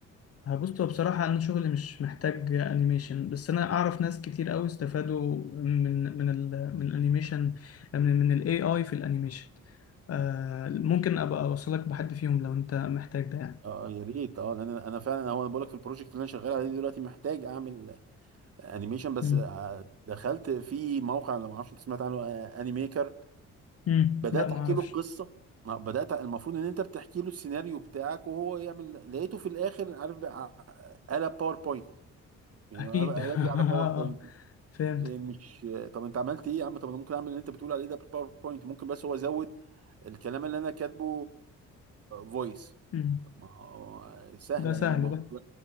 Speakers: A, on the left (about 50°); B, on the right (about 50°).
A: هبص هو بصراحة أنا شغلي مش محتاج أنيميشن بس أنا أعرف ناس كتير أوي استفادوا من من ال من الأنيميشن من من ال AI في الأنيميشن آه، ممكن أبقى أوصلك بحد فيهم لو أنت محتاج ده يعني
B: اه يا ريت اه لان انا أنا فعلا هو انا بقول لك في البروجكت اللي انا شغال عليه دلوقتي محتاج اعمل انيميشن بس
A: مم.
B: آه، دخلت في موقع لو ما اعرفش انت سمعت عنه آه، انيميكر
A: امم
B: بدات
A: لا ما
B: احكي
A: اعرفش
B: له القصه آه، بدات المفروض ان انت بتحكي له السيناريو بتاعك وهو يعمل لقيته في الاخر عارف بقى آه، قلب باوربوينت يعني
A: اكيد
B: قلب قلب
A: <laughs> اه
B: لي على باوربوينت
A: فهمت
B: يعني مش آه، طب انت عملت ايه يا عم طب انا ممكن اعمل اللي انت بتقول عليه ده بالباوربوينت ممكن بس هو زود الكلام اللي انا كاتبه فويس
A: امم
B: طب ما هو آه، سهله
A: ده
B: يعني
A: سهل
B: الموضوع
A: ده